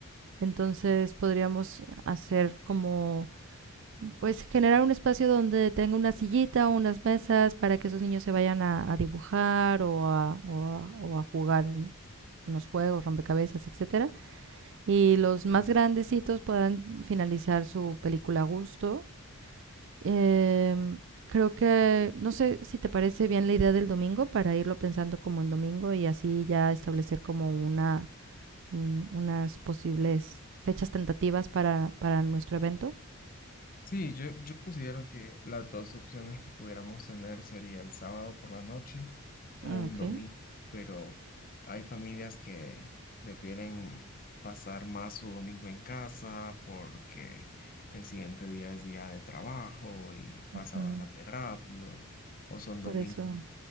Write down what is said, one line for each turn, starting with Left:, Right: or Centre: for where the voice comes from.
Right: Entonces podríamos hacer como, pues generar un espacio donde tenga una sillita o unas mesas para que esos niños se vayan a, a dibujar o a, o a- o a jugar unos juegos, rompecabezas, etcétera y los más grandecitos puedan finalizar su película a gusto. Eh, creo que, no sé si te parece bien la idea del domingo para irlo pensando como en domingo y así ya establecer como una, un- unas posibles fechas tentativas para, para nuestro evento.
Left: Sí, yo, yo considero que las dos opciones que pudiéramos tener sería el sábado por la noche o
Right: Mm,
Left: un
Right: Ok.
Left: domingo, pero hay familias que prefieren pasar más su domingo en casa porque el siguiente día es día de trabajo y pasa
Right: Ujú.
Left: bastante rápido, o son domingos
Right: Por eso,